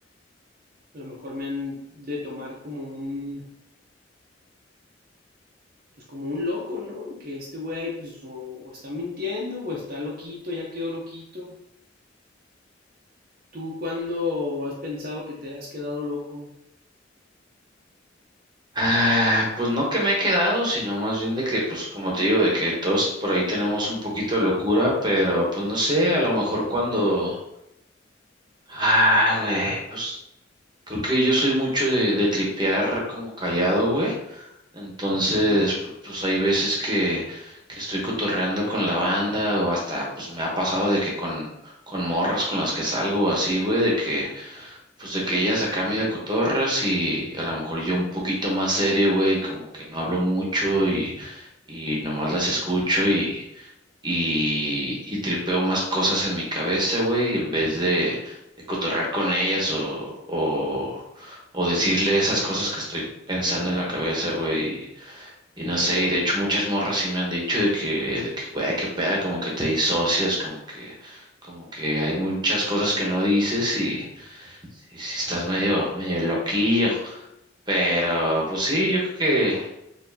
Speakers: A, on the right; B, on the right.
A: a lo mejor me han de tomar como un, pues como un loco, ¿no? Que este güey pues o, o está mintiendo o está loquito, ya quedó loquito. ¿Tú cuándo has pensado que te has quedado loco?
B: Ah, pues no que me he quedado, sino más bien de que, pues como te digo, de que todos por ahí tenemos un poquito de locura, pero pues no sé, a lo mejor cuando... Ah, güey, pues creo que yo soy mucho de, de tripear como callado, güey. Entonces,
A: Ujú.
B: pu- pues hay veces que, que estoy cotorreando con la banda o hasta, pues me ha pasado de que con, con morras con las que salgo o así, güey, de que... Pues de que ellas acá medio cotorras y a lo mejor yo un poquito más serio, güey, como que no hablo mucho y, y nomás las escucho y, y, y tripeo más cosas en mi cabeza, güey, en vez de, de cotorrar con ellas o, o, o decirle esas cosas que estoy pensando en la cabeza, güey. Y no sé, y de hecho muchas morras sí me han dicho de que, de que, güey, qué peda, como que te disocias, como que, como que hay muchas cosas que no dices y y si estás medio, medio loquillo. Pero, pues sí, yo creo que